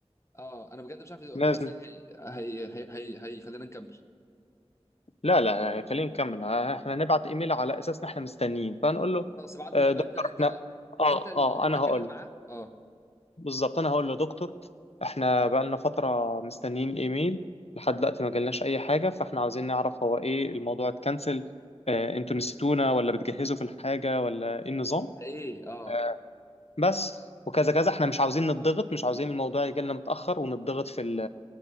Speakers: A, on the left; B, on the left.
A: اه انا بجد مش عارف هو
B: لازم
A: ازاي هي هي هي, هي... هيخلينا نكمل
B: لا لا خلينا نكمل ه- احنا نبعت ايميل على اساس ان احنا مستنيين فنقول له
A: خلاص ابعته
B: آه،
A: انت بقى
B: دكتور
A: انت انت
B: احنا اه
A: انت ال...
B: اه
A: انت
B: انا
A: اتكلم
B: هقول له.
A: معاه اه
B: بالظبط انا هقول له دكتور احنا بقالنا فترة مستنيين ايميل لحد دلوقتي ما جالناش اي حاجة فاحنا عاوزين نعرف هو ايه الموضوع اتكنسل آه، انتوا نسيتونا ولا بتجهزوا في الحاجة ولا ايه النظام
A: ايه اه
B: آه، بس وكذا كذا احنا مش عاوزين نتضغط مش عاوزين الموضوع يجي لنا متأخر ونتضغط في ال